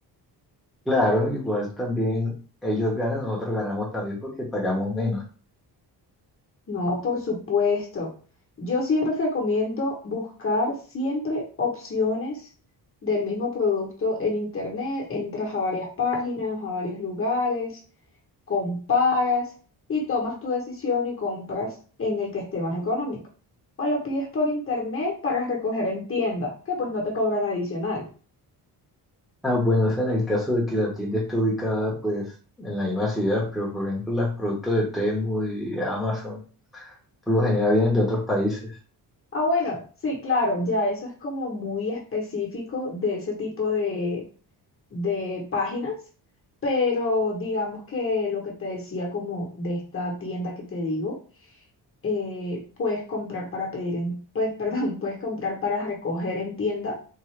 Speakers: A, in the centre; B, on the left.
A: Claro, igual también ellos ganan, nosotros ganamos también porque pagamos menos.
B: No, por supuesto. Yo siempre recomiendo buscar siempre opciones del mismo producto en internet, entras a varias páginas, a varios lugares, comparas y tomas tu decisión y compras en el que esté más económico. O lo pides por internet para recoger en tienda, que pues no te cobran adicional.
A: Ah, bueno, o sea, en el caso de que la tienda esté ubicada, pues, en la misma ciudad, pero por ejemplo, los productos de Temu y Amazon, por lo general vienen de otros países.
B: Ah, bueno, sí, claro, ya eso es como muy específico de ese tipo de, de páginas, pero digamos que lo que te decía como de esta tienda que te digo, eh, puedes comprar para pedir en, pues, <laughs> perdón, puedes comprar para recoger en tienda